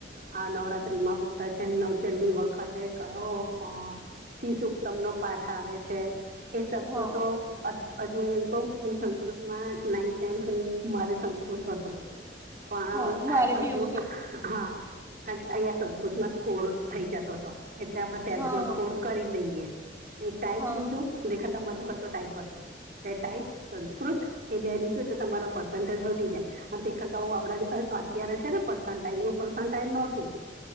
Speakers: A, on the right; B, on the right.
A: હ નવરાત્રી માં બોલતા છે નવચંડી વખતે કયો શિશુત્તમ નો પાઠ આવે છે. એ શબ્દો
B: હા
A: તો અજ હજુ હું કહ હું સંસ્કૃતમાં નાઈન્થ ટેન્થ હું મારે સંસ્કૃત હતું, પણ
B: હા મારે
A: આ
B: બી
A: હજુ
B: એવું જ હતું
A: હા કારણ કે અહીંયા સંસ્કૃતમાં સ્કોર થઈ જાતો હતો, એટલે આપણે ટેન્થમાં
B: હા
A: સ્કોર કરી લઈએ. એક ટાઈપ
B: હા
A: લીધું, લેખકતમ મનહુ કરતો ટાઈપ હતો, એટલે ટાઈપ, સંસ્કૃત એ બે લીધું એટલે તમારા પર્સન તલ વધી જયા, અને તે કરતા ઓ આપડા જે અત અત્યારે છે ને પર્સેન્ટાઇલ એવું પર્સેન્ટાઇલ નોતું. <inaudible>